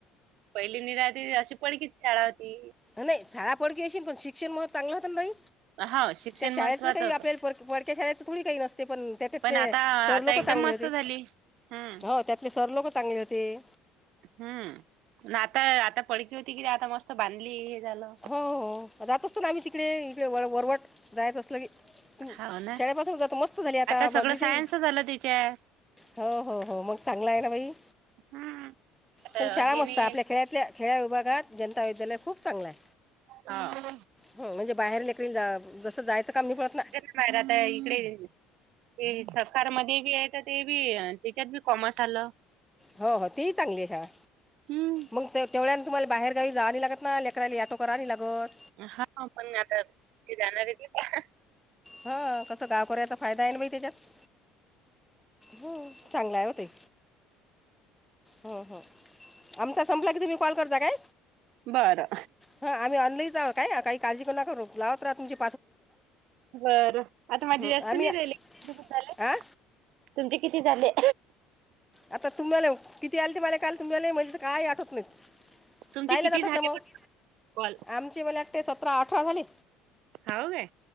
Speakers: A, on the right (about 65°); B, in the centre.
A: पहिली निराहती अशी पडकीच शाळा होती.
B: नाही शाळा पडकी अशील पण शिक्षण म चांगलं होत ना बाई
A: हा शिक्षण
B: त्या शाळेच
A: महत्त्वाचं
B: काही
A: होतं
B: आपल्याला पडकी पडक त्या शाळेचं कोणी काही नसते पण त्या त्यातले
A: पण आता
B: सर
A: आता
B: लोक
A: एकदम
B: चांगले
A: मस्त
B: होते
A: झाली. हम्म
B: हो त्यातले सर लोक चांगले होती.
A: हम्म म्हणलं आता आता पडकी होती कि आता मस्त बांधली हे झालं.
B: हो हो जात असतो ना आम्ही तिकडे इकडे व वरवट जायचं असल की. हम्म
A: हाव ना
B: शाळेपासून जातो मस्त झाली आता
A: सगळं
B: बाकीजी.
A: सायन्स झालं तिच्यात
B: हो हो हो मग चांगल आहे ना भाई.
A: हम्म. आता
B: पण शाळा
A: हे
B: मस्ताय
A: नाही
B: आपल्या खेळातल्या खेळ्या विभागात जनता विद्यालय खूप चांगलाय.
A: हो
B: हो म्हणजे बाहेर लेकरील जा जस जायचं काम नही होत ना.
A: बार आता इकडे ते सरकार मदि आहेत. ते बी त्याच्यात बी कॉमर्स आलं.
B: हो हो ती चांगली आहे शाळा
A: हम्म
B: मग ते तेवढ्यान तुम्हाला बाहेरगावी जावी लागत ना लेकराला याटो करावी नाही लागत.
A: हा पण आता ती जाणार आहे ती.
B: हा कसं गावकोऱ्याचा फायदा आहे ना बाई त्याच्यात हम्म चांगलं आहे ते. हम्म हम्म आमचा संपला कि तुम्ही कॉल करता काय?
A: बरं
B: ह आम्ही आणलही जा काय काही काळजी करून करू लावत रहा तुमजे.
A: बर आता माझी
B: हं,
A: एसटी
B: आम्ही
A: नाही राहिल कुठ दुःखालय?
B: हां
A: तुमचे किती झाले?
B: आता तुम्हाला किती आल्ते मला काल तुम्हाला म्हणजे काय आटत नाहीत.
A: तुमचे
B: पाहिले
A: किती
B: जातात
A: झाले
B: ना मग
A: पण कॉल
B: आमची म्हलागते सतरा आठरा झाली.
A: हाव काय?